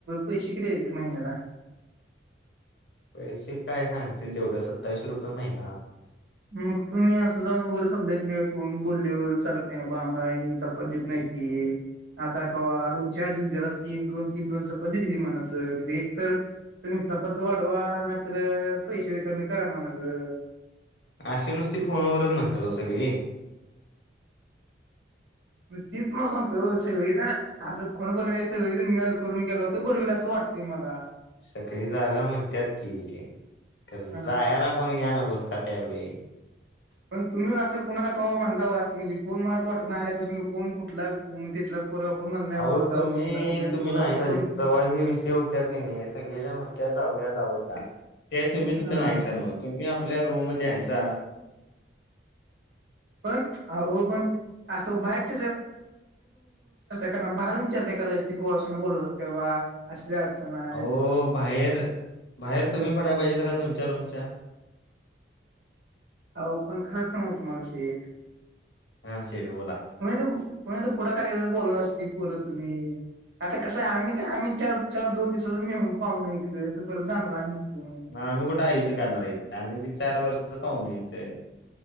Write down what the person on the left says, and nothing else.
पैसे काय सांगतील दोघ सत्तांवीशें रुपये महिना.
आशे नुसती फोनवरचं म्हणतात ओ सगळी.
सगळी जागा म्हणतात की तर
जायला कोणी या नगोत का त्यावेळी.
अहो
तुम्ही
तुम्ही
नाही
सा
जी तवा हे विषय हो त्यात की नई सगळे जण म्हणतात जाऊया जाऊया ते तुम्ही तिथं
नाही सनवत. तुम्ही आपल्या रूम मध्ये हाय सा.
आहो बाहेर बाहेर तुम्ही पडायला पाहिजे का तुमच्या रूमच्या.
हा शेठ बोला.
मग आम्ही कुठे आयुष्य काढणार आहे इथ आम्ही बी चार वर्षच पाहून इथे.